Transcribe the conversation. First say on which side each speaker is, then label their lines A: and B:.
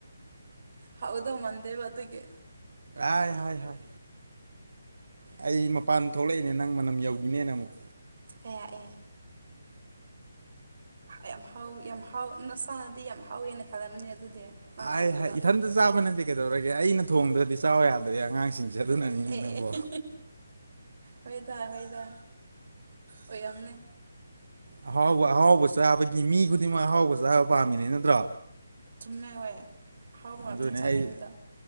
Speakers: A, on the right; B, on the right.
A: ꯍꯥꯎꯗꯧ ꯃꯥꯟꯗꯦꯕ ꯑꯗꯨꯒꯤ
B: ꯑꯥꯏ ꯍꯥꯏ ꯍꯥꯏ ꯑꯩ ꯃꯄꯥꯟ ꯊꯣꯛꯂꯛꯏꯅꯦ ꯅꯪ ꯃꯅꯝ ꯌꯧꯒꯤꯅꯦꯅ ꯑꯃꯨꯛ
A: ꯑꯌꯥ ꯑꯦ ꯑꯌꯥꯝ ꯍꯥꯎ ꯌꯥꯝ ꯍꯥꯎ ꯅꯁꯥꯅꯗꯤ ꯌꯥꯝ ꯍꯥꯎꯋꯦꯅ ꯈꯜꯂꯝꯅꯤ ꯑꯗꯨꯗꯤ ꯅꯪ
B: ꯑꯥꯏ
A: ꯊꯣꯡꯕꯗꯣ
B: ꯍꯥꯏ ꯏꯊꯟꯗ ꯆꯥꯕ ꯅꯠꯇꯦ ꯀꯩꯗꯧꯔꯒꯦ ꯑꯩꯅ ꯊꯣꯡꯗ꯭ꯔꯗꯤ ꯆꯥꯎ ꯌꯥꯗ꯭ꯔꯦ ꯑꯉꯥꯡꯁꯤꯡꯁꯦ ꯑꯗꯨꯅꯅꯤꯅꯦ
A: ꯑꯦ
B: ꯅꯪꯕꯣ
A: ꯑꯦ ꯍꯣꯏꯗ ꯍꯣꯏꯗ ꯑꯣꯏꯔꯝꯅꯤ
B: ꯑꯍꯥꯎꯕ ꯑꯍꯥꯎꯕ ꯆꯥꯕꯒꯤ ꯃꯤ ꯈꯨꯗꯤꯡꯃꯛ ꯑꯍꯥꯎꯕ ꯆꯥꯕ ꯄꯥꯝꯃꯤꯅꯦ ꯅꯠꯇ꯭ꯔꯣ
A: ꯆꯨꯝꯃꯦ ꯍꯣꯏ ꯑꯍꯥꯎꯕ ꯉꯥꯛꯇꯅꯤ
B: ꯑꯗꯨꯅꯦ
A: ꯆꯥꯅꯤꯡꯕꯗ
B: ꯑꯩ